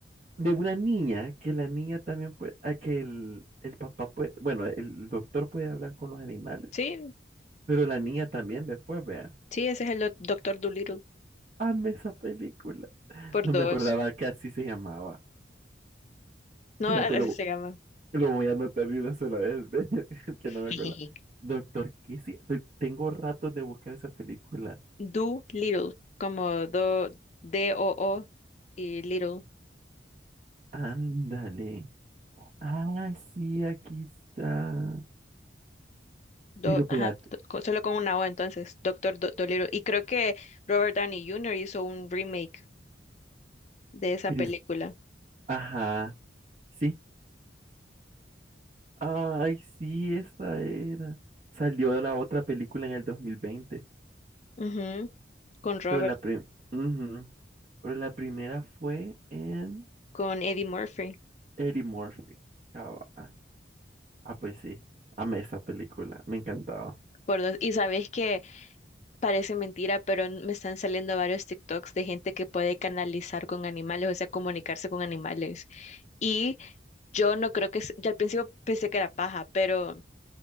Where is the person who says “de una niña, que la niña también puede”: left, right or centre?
Right